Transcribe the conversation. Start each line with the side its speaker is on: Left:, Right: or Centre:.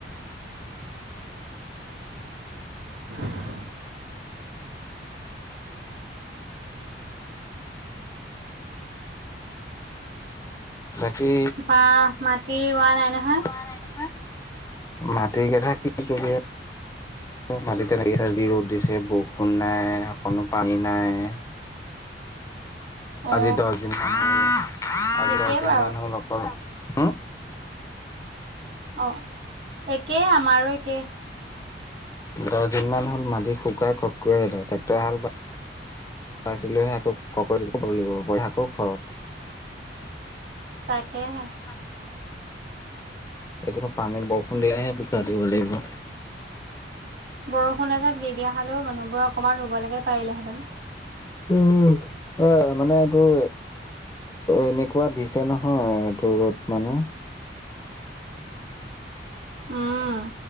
Right: অ <unintelligible>
Left: বাকী
Right: বা মাটি ৰোৱা নাই নহয়।
Left: বাহ নাই দেখা মাটিৰ কথা কি কি মাটিতে লাগি যি ৰ'দ দিছে বৰষুণ নাই অকনো পানী নাই।
Right: অ
Left: আজি দচ দিন মান হল আজি
Right: একেই
Left: দচ দিন
Right: বাৰু
Left: মান হল অকল। হম,
Right: অ একেই আমাৰো একেই।
Left: দচ দিন মান হ'ল মাটি শুকাই কৰ্কৰীয়া হৈ গল ট্ৰেক্টৰ হাল বা বাইছিলোহে আকৌ কৰ্কৰীয়া আকৌ খৰচ
Right: তাকেহে
Left: হয় কেতিয়াবা পানীত বৰষুণ দিলাহে বোকা দিব লাগিব।
Right: বৰষুণ এজাক দি দিয়া হ'লেও মানুহবোৰ অকণমান ৰুব লেকে পাৰিলেহেঁতেন।
Left: উম হয় মানে এইটো। এ এনেকুৱা দিছে নহয় এইটো ৰ'দ মানে
Right: উম